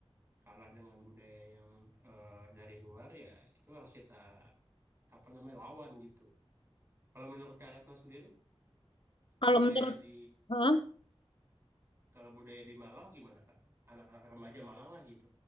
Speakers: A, on the right; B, on the left.
A: kalah dengan budaya yang eh, dari luar ya itu harus kita apa namanya lawan gitu. Kalau menurut Kak Retno sendiri
B: Kalau
A: budaya
B: menurut
A: di
B: Hah?
A: kalau budaya di Malang gimana Kak? Anak-anak remaja Malang lah gitu.